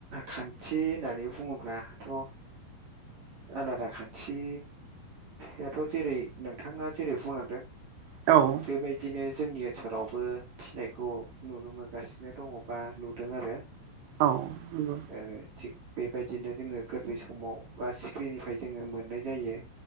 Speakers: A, on the right; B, on the right.
A: खान्थि होननानै बुङोब्लाथ आलादा खान्थि दाथ जेरै नोंथाङा जेरै बुंलांदों
B: औ
A: बेबायदिनो जोंनि ओनसोलावबो फिसिनायखौ नुनो मोनगासिनो दङ बा नु दों आरो
B: औ नंगौ
A: ओ थिग बेबायदिनो जोङो गोरलै समाव बा सिक्रिनिफ्राय जोङो मोननाय जायो